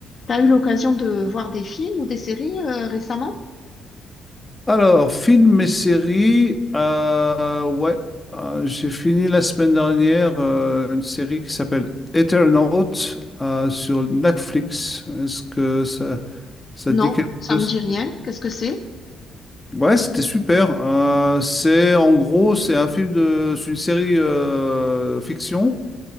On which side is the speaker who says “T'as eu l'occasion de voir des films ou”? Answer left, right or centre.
Left